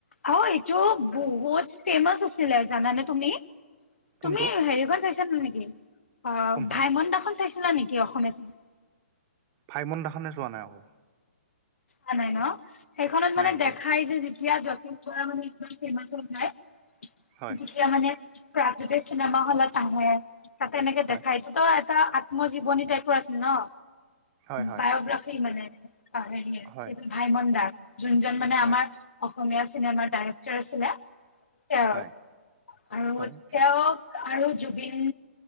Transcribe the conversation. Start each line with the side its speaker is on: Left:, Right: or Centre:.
Left: অ এইটো বহুত ফেমাচ আছিলে, জানানে তুমি
Right: কোনটো
Left: তুমি হেৰিখন চাইছা নেকি অ
Right: কোনখন
Left: ভাইমন দা খন চাইছিলা নেকি অসমীয়া চিনেমা
Right: ভাইমন দাখনে চোৱা নাই অহ
Left: চোৱা নাই নহ, সেইখনত
Right: নাই
Left: মানে
Right: চোৱা
Left: দেখাই যে যিটো তেতিয়া যতীন বৰা মানে একদম ফেমাচ হৈ যায়।
Right: হয়
Left: যেতিয়া মানে প্ৰাগজ্যোতি চিনেমা খনত আহে তাতে এনেকে
Right: হয়
Left: দেখাই তহ এটা আত্মজীৱনী টাইপৰ আছিল নহ
Right: হয় হয়
Left: বায়োগ্ৰাফি মানে হেৰিয়ে
Right: হয়
Left: সেইজন ভাই মনদা। যোনজন মানে
Right: হয়
Left: আমাৰ অসমীয়া চিনেমাৰ ডাইৰেক্টৰ আছিলে। তেওঁৰ
Right: হয়
Left: আৰু
Right: হয়
Left: তেওঁক আৰু জুবিন